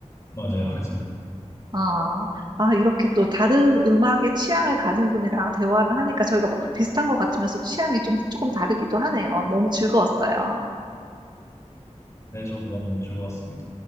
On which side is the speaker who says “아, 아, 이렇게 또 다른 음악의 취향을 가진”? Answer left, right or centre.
Right